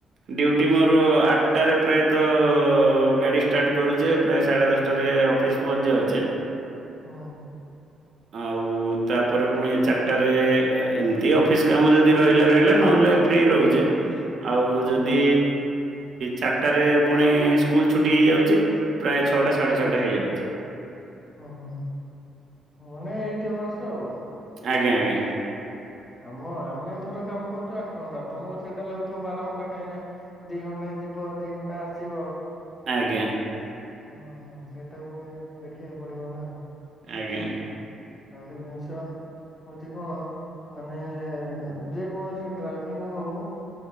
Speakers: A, on the right; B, on the left.
A: ଡ୍ୟୁଟି ମୋର ଆଠଟାରେ ପ୍ରାୟତଃ ଗାଡ଼ି ଷ୍ଟାର୍ଟ କରୁଛେ ପ୍ରାୟ ସାଢ଼େ ଦଶଟାରେ ଅଫିସ୍ ପହିଞ୍ଚି ଯାଉଛି।
B: ହଁ।
A: ଆଉ ତାପରେ ପୁଣି ଚାଟାରେ ଏମିତି ଅଫିସ୍ କାମ ଯଦି ରହିଲା ରହିଲା। ନହେଲେ ଫ୍ରି ରହୁଚେ ଆଉ ଯଦି
B: ଓହୋ
A: ଚାଟାରେ ପୁଣି ସ୍କୁଲ୍ ଛୁଟି ହେଇଯାଉଛି। ପ୍ରାୟ ଛୁ ଛଅଟା ସାଢେଛଅଟା ହୋଇଯାଉଛି।
B: ଅଁ, ହଁ, ମାନେ ଏଇଟି ବସେ ଆଉ।
A: ଆଜ୍ଞା, ଆଜ୍ଞା।
B: ଆମ ଆମେ ଧର କାମ କରୁଚୁ ଆଠ ଘଣ୍ଟା। ତୋମକୁ ସେଇଟା ଲାଗୁଥିବ ବାର ଘଣ୍ଟା କାହିଁକି ନା ଦି ଘଣ୍ଟା ଯିବ ଦି ଘଣ୍ଟା ଆସିବ।
A: ଆଜ୍ଞା।
B: ଅଁ, ହଁ ସେଇଟାକୁ ଏ ଦେଖେଇଆ ପଡିବ ନା।
A: ଆଜ୍ଞା।
B: ଆଉ ଗୋଟେ ଜିନିଷ ହଉଛି କଣ ମାନେ ଯେ କୌଣସି ଡ୍ରାଇଭିଂ ହଉ।